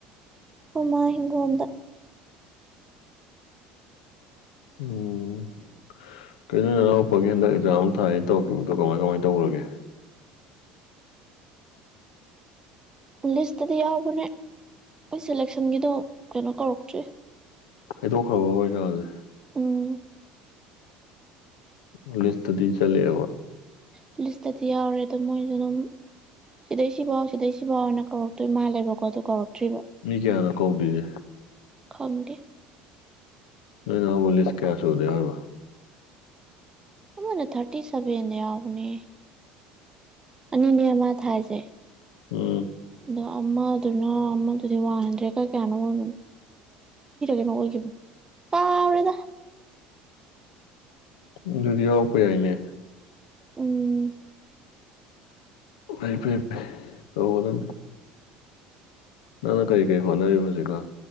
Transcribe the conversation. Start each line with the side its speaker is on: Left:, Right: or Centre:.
Right: ꯑꯩꯈꯣꯏ ꯃꯥ ꯍꯤꯡꯒꯣꯜꯗ
Left: ꯎꯝ ꯀꯩꯅꯣ ꯅꯅꯥꯎ ꯄꯛꯌꯦꯜꯗ ꯑꯦꯛꯖꯥ ꯑꯃ ꯊꯥꯏꯅ ꯇꯧꯈꯤꯕꯗꯣ ꯀꯃꯥꯏ ꯀꯃꯥꯏ ꯇꯧꯈ꯭ꯔꯒꯦ
Right: ꯄꯨꯂꯤꯁꯇꯥꯗꯤ ꯌꯥꯎꯕꯅꯦ ꯃꯣꯏ ꯁꯦꯂꯦꯛꯁꯟꯒꯤꯗꯣ ꯀꯩꯅꯣ ꯀꯧꯔꯛꯇ꯭ꯔꯤ
Left: ꯍꯩꯗꯣꯛꯈ꯭ꯔꯕ ꯑꯦꯛꯖꯥꯝꯁꯦ
Right: ꯎꯝ
Left: ꯄꯨꯂꯤꯁꯇꯗꯤ ꯆꯂꯦꯕ
Right: ꯄꯨꯂꯤꯁꯇꯗꯤ ꯌꯥꯎꯔꯦ ꯑꯗꯣ ꯃꯣꯏꯖꯨ ꯑꯗꯨꯝ ꯁꯤꯗꯩꯁꯤꯐꯥꯎ ꯁꯤꯗꯩ ꯁꯤꯐꯥꯎꯅ ꯀꯧꯔꯛꯇꯣꯏ ꯃꯥꯜꯂꯦꯕꯀꯣ ꯑꯗꯨ ꯀꯧꯔꯛꯇ꯭ꯔꯤꯕ
Left: ꯃꯤ ꯀꯌꯥꯅꯣ ꯀꯧꯗꯣꯢꯖꯦ
Right: ꯈꯪꯒꯦ
Left: ꯅ ꯑꯃꯨꯛ ꯂꯤꯁꯤ ꯀꯌꯥꯁꯨꯕꯘ ꯌꯎꯔꯤꯕ
Right: ꯑꯃꯅ ꯊꯥꯔꯇꯤ ꯁꯚꯦꯟꯗ ꯌꯥꯎꯕꯅꯦ ꯑꯅꯤꯅꯦ ꯃꯥ ꯊꯥꯏꯁꯦ
Left: ꯎꯝ
Right: ꯑꯗꯣ ꯑꯃꯗꯨꯅ ꯑꯃꯗꯨꯗꯤ ꯋꯥꯟ ꯍꯟꯗ꯭ꯔꯦꯠꯀ ꯀꯌꯥꯅꯣ ꯑꯣꯏꯕꯅꯦ <unintelligible> <unintelligible> ꯑꯣꯏꯈꯤꯕꯅꯤ ꯀꯥꯎꯔꯦꯗ
Left: ꯑꯗꯨꯗꯤ ꯌꯥꯎꯔꯛꯄ ꯌꯥꯏꯅꯦ
Right: ꯎꯝ
Left: ꯑꯩꯐꯩ ꯐꯩ ꯇꯧꯒꯗꯕꯅꯤ ꯅꯪꯅ ꯀꯔꯤ ꯀꯔꯤ ꯍꯣꯠꯅꯔꯤꯕ ꯍꯧꯖꯤꯛꯀꯟ